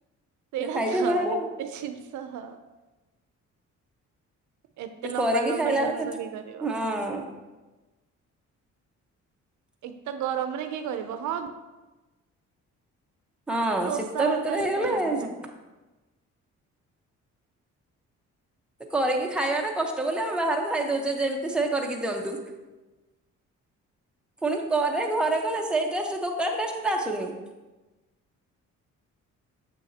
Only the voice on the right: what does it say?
ସେଇ ଭାତ
ଏବେ ଶିର୍ ସହ ଏତେ
ଲମ୍ବା
ଲମ୍ବା
ଜିନଷ
କିଏ କରିବ?
ଏକେତ ଗରମରେ କିଏ କରିବ ହଁ
ଦୋସା
ହରକା
ହେଇ
ତ ସାଙ୍ଗେ ସାଙ୍ଗେ